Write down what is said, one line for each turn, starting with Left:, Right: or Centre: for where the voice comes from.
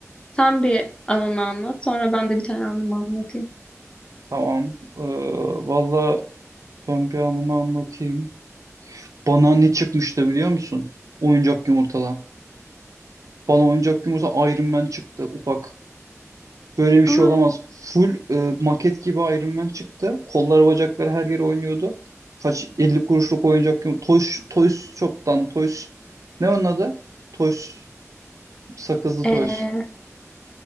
Left: Sen bir anını anlat, sonra ben de bir tane anımı anlatayım.
Right: Tamam. Ee, valla ben bir anımı anlatayım. Bana ne çıkmıştı biliyor musun? Oyuncak yumurtadan. Bana oyuncak yumurta Iron Man çıktı ufak. Böyle bir şey
Left: Aa,
Right: olamaz. Full e, maket gibi Iron Man çıktı. Kollar bacakları her yere oynuyordu. Kaç 50 kuruşluk oyuncak yumurta. Toys, Toys Shop'tan Toys. Ne onun adı? Toys. Sakızlı
Left: ee,
Right: Toys.